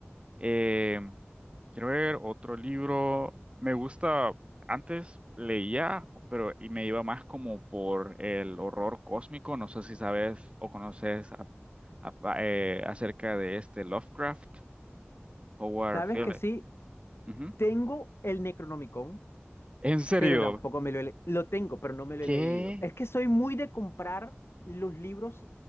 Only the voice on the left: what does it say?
Sabes
que sí,
Tengo el Necronomicon,
pero tampoco me lo he le- Lo tengo, pero no me lo
he leído. Es que soy muy de comprar los libros